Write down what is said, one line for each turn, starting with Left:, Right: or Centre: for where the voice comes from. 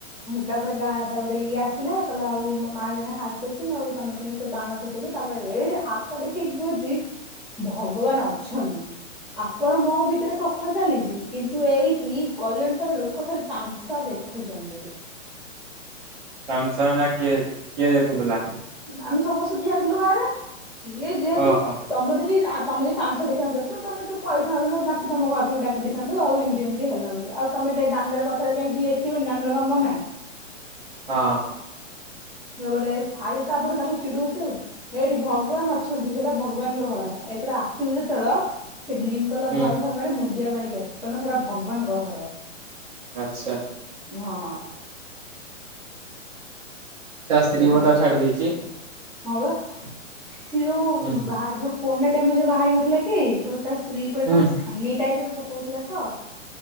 Centre: ତାପରେ ଗା ତାପରେ ଇଏ ଆସିଲା କହିଲା ଆଉ ମୋ ମା ଜଣେ ହାର୍ଟ ପେସ୍ ନା ଆଉ ତମେ କେମତି ସବୁ ବାଣ ଫୁଟାଉଛ ତାପରେ ଏଇଠି ହାତ ଦେଖେଇକି କହୁଚି ଭଗବାନ ଅଛନ୍ତି। ଆପଣ ମୋ ଭିତରେ କଥା ଚାଲିଛି କିନ୍ତୁ ଏଇଠି କଲ୍ୟାଣ ସାର ଲୋକ ଖାଲି ତାନ୍ସା ଦେଖ୍ ଖୁ ଚନ୍ତି।
Right: ତାମସା ମାନେ କିଏ କିଏ ଦେଖୁ ତୁଲା?
Centre: ଆମେ ସମସ୍ତେ ଠିଆ ହେଇଥିଲୁ ବାହାରେ, ସିଏ ଯେହେତୁ
Right: ଓହୋ ହଁ
Centre: ତମର ଯଦି ଆ ତମେ ଯଦି ତାମସା ଦେଖଇଥାନ୍ତ ତ ତମ ତ ପଳେଇଥାନ୍ତ ନହେଲେ ତାଙ୍କୁ ତମ ଘରଟିକୁ ଡାକି ଦେଇଥାନ୍ତୁ ଆଉ ଏମିତି ଏମିତି ହେଲା ବୋଲି ଆଉ ତମେ ଯାଇ ଦାଣ୍ଡରେ କଥା ହେଲେ କାହିଁ କିଏ ଦେଖିବେନି ଦାଣ୍ଡରେ କଣ ମନା?
Right: ହଁ।
Centre: ତାପରେ ସାଇର ତାପରେ ତାକୁ ଚିଡଉଛି ଆଉ। ହେଇଠି ଭଗବାନ ଅଛନ୍ତି ସେଇଟା ଭଗବାନଙ୍କ ଘର, ଏଥର ଆସିବୁ ଯେତେବେଳ ସେ ଗ୍ରୀନ୍ କଲର
Right: ହୁଁ
Centre: ଘର ସାମ୍ନାରେ ମୁଣ୍ଡିଆ ମାରିକି ଆସିବୁ କାରଣ ସେଇଟା ଭଗବାନଙ୍କ ଘର।
Right: ଆଚ୍ଛା।
Centre: ହଁ।
Right: ତାା ସ୍ତ୍ରୀ
Centre: ଏଇ
Right: ବୋଧେ ତାକୁ ଛାଡ଼ି ଦେଇଚି।
Centre: ହଁ ବା ସେ ଯୋଉ
Right: ହୁଁ
Centre: ବାହା ଯୋଉ କୋର୍ନା ଟାଇମରେ ଯୋଉ ବାହା ହେଇ ନଥିଲା କି ତ ତା ସ୍ତ୍ରୀ ଉପରେ
Right: ହୁଁ
Centre: କଣ ସାନିଟାଇଜର ପକଉଥିଲା ତ